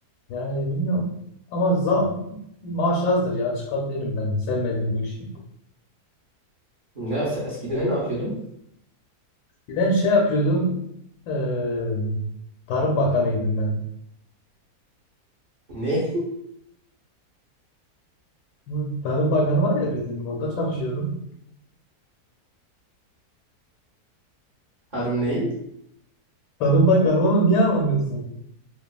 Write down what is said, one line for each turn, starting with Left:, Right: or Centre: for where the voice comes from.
Left: Yani bilmiyorum. Ama zam maaş azdır ya çıkabilirim ben. Sevmedim bu işi.
Right: Ne, sen eskiden ne yapıyordun?
Left: Bir de şey yapıyordum. eee, Tarım Bakanıydım ben.
Right: Ne?
Left: Bu Tarım Bakanı var ya bizim orada çalışıyordum.
Right: <laughs> Harım neyi?
Left: Tarım Bakanı oğlum niye anlamıyorsun?